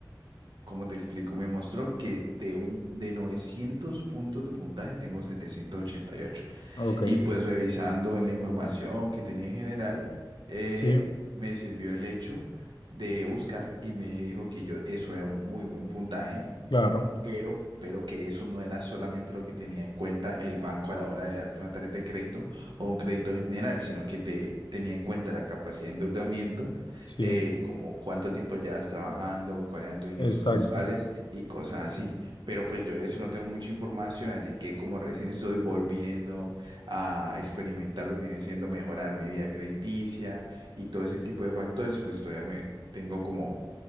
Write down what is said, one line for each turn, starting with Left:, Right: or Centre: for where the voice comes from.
Right: como te explico, me mostró que de un de 900 puntos de puntaje tengo 788 y ocho.
Left: Ok,
Right: Y pues revisando en la información que tenía en general eh,
Left: sí,
Right: me sirvió el hecho de buscar y me dijo que yo eso era un muy buen puntaje
Left: claro,
Right: pero, pero que eso no era solamente lo que tenía en cuenta el banco a la hora de darte una tarjeta de crédito o un crédito general, sino que te tenía en cuenta la capacidad de endeudamiento,
Left: sí,
Right: eh, como cuánto tiempo llevas trabajando, cuáles eran tus ingresos
Left: exacto.
Right: mensuales y cosas así. Pero pues yo de eso no tengo mucha información, así que como recién estoy volviendo a experimentar lo que viene siendo mejorar mi vida crediticia y todo ese tipo de factores, pues todavía me tengo como,